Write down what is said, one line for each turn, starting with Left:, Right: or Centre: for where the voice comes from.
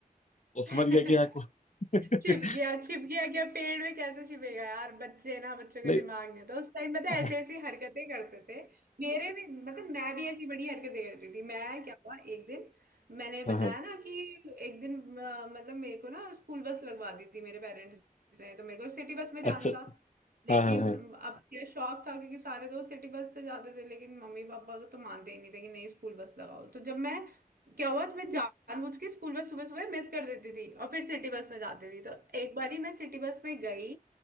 Left: वो समझ
Right: नहीं
Left: गया कि हाँ
Right: <laughs>
Left: को- <laughs>
Right: छिप गया छिप गया क्या पेड़ में कैसे छिपेगा यार बच्चे ना बच्चों का
Left: नहीं
Right: दिमाग नहीं होता उस टाइम पता
Left: <laughs>
Right: है ऐसे ऐसी हरकतें करते थे मेरे भी मतलब मैं भी ऐसी बड़ी हरकतें करती थी मैं क्या हुआ एक दिन मैंने
Left: हाँ
Right: बताया
Left: हाँ
Right: ना कि एक दिन अ, मतलब मेरे को ना स्कूल बस लगवा दी थी मेरे पेरेंट्स ने तो मेरे को सिटी बस में जाना
Left: अच्छा
Right: था लेकिन
Left: हाँ हाँ हाँ
Right: अब क्या शौक था क्योंकि सारे दोस्त सिटी बस से जाते थे लेकिन मम्मी पापा तो मानते ही नहीं थे कि नहीं स्कूल बस लगाओ तो जब मैं क्या हुआ तो मैं जानबूझ के स्कूल बस सुबह सुबह मिस कर देती थी और फिर सिटी बस में जाती थी तो एक बारी मैं सिटी बस में गई